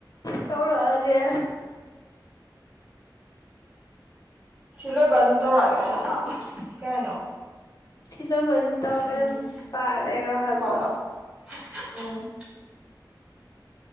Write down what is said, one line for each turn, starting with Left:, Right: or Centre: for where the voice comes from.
Left: ꯇꯧꯔꯛꯑꯒꯦ
Right: ꯁꯤ ꯂꯣꯏꯕ ꯑꯗꯨꯝ ꯇꯧꯔꯛꯑꯒꯦ ꯍꯥꯏꯗ꯭ꯔꯥ ꯀꯩ ꯍꯥꯏꯅꯣ
Left: ꯊꯂꯣꯕꯔ ꯇꯧꯒ ꯑꯗꯨꯝ
Right: ꯎꯝ
Left: ꯄꯥ ꯂꯩꯔꯣ ꯍꯥꯏꯕ
Right: ꯍꯣꯏ ꯍꯣꯏ ꯎꯝ